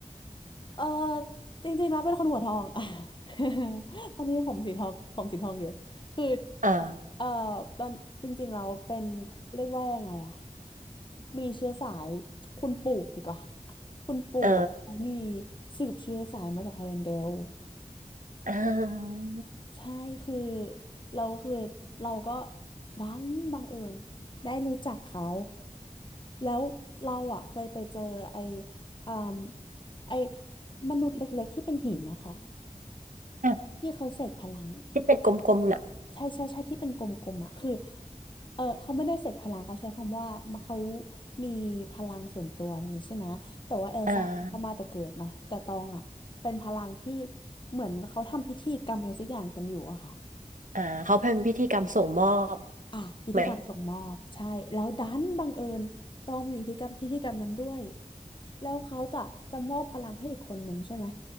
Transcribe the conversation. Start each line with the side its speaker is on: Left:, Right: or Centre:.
Left: เออจริงๆแล้วเป็นคนหัวทอง <laughs> ตอนนี้ผมสีทองผมสีทองอยู่คือ
Right: เออ
Left: เออตอนจริงๆเราเป็นเรียกว่ายังไงอะมีเชื้อสายคุณปู่ดีกว่าคุณปู่อะเขามี
Right: เออ
Left: สืบเชื้อสายมาจากไอร์แลนด์เดล
Right: เออ
Left: ใช่คือเราคือเราก็ดันบังเอิญได้รู้จักเขาแล้วเราอ่ะเคยไปเจอไออืมไอมนุษย์เล็กๆที่เป็นหินนะคะ
Right: อ่ะ
Left: ที่เขาเสกพลังอ่ะ
Right: ที่เป็นกลมๆน่ะ
Left: ใช่ใช่ใช่ที่เป็นกลมๆอ่ะคือเออเขาไม่ได้เสกพลังเขาใช้คำว่ามาเขามีพลังส่วนตัวอะไรอย่างนี้ใช่ไหมแต่ว่าเอลซ่าเขามาแต่เกิดเนาะแต่ตองอ่ะเป็นพลังที่
Right: อ่า
Left: เหมือนเขาทำพิธีกรรมอะไรสักอย่างกันอยู่อะค่ะ
Right: อ่าเขาเป็นพิธีกรรมส่งมอบ
Left: อ่ะพิธีกรรมส่งมอบใช่แล้วดันบังเอิญตองอยู่พิธีกรรมพิธีกรรมนั้นด้วย
Right: ไหม
Left: แล้วเขาจะจะมอบพลังให้อีกคนหนึ่งใช่ไหม